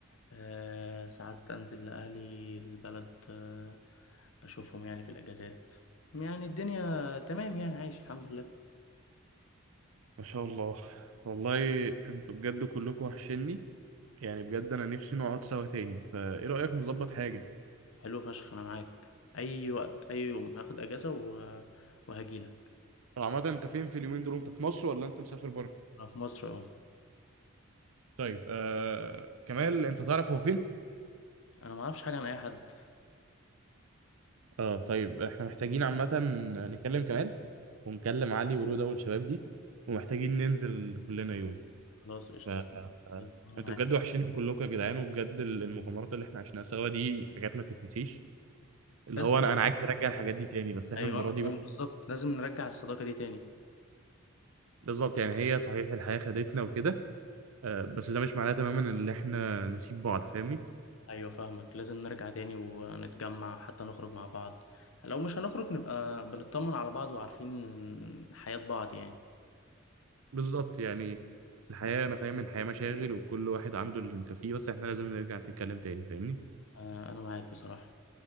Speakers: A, on the left; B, on the right.
A: أه ساعات انزل لاهلي البلد أه اشوفهم يعني في الاجازات يعني الدنيا تمام يعني عايش الحمد لله
B: ما شاء الله والله انتوا بجد كلكم وحشني يعني بجد انا نفسي نقعد سوا تاني فايه رأيك نظبط حاجة
A: حلو فشخ انا معاك اي وقت اي يوم هاخد اجازة و- وهجيلك
B: طب عامة انت فين في اليومين دول انت في مصر ولا انت مسافر بره
A: انا في مصر اهو
B: طيب آه كمال انت تعرف هو فين
A: انا ما اعرفش حاجه عن اي حد
B: اه طيب احنا محتاجين عامة نكلم كمال ونكلم علي ورودة والشباب دي ومحتاجين ننزل كلنا يوم
A: خلاص قشطه
B: ف آه،
A: ظبط انا
B: انتوا
A: معاك
B: بجد وحشين كلكم يا جدعان وبجد ال- المغامرات اللي احنا عشناها سوا دي حاجات ما تتنسيش اللي
A: لازم
B: هو انا انا عايز ارجع
A: <laughs>
B: الحاجات دي تاني بس احنا
A: ايوه
B: المرة
A: انا كمان
B: دي
A: بالظبط لازم نرجع الصداقه دي تاني
B: بالظبط يعني هي صحيح الحياة خدتنا وكده آه، بس ده مش معناه تماما ان احنا نسيب بعض فاهمني
A: ايوه فاهمك لازم نرجع تاني ونتجمع حتى نخرج مع بعض لو مش هنخرج نبقى بنطمن على بعض وعارفين حياه بعض يعني
B: بالظبط يعني الحياة انا فاهم إن الحياة مشاغل وكل واحد عنده اللي مكفيه بس احنا لازم نرجع نتكلم تاني فاهمني
A: آه، انا معاك بصراحه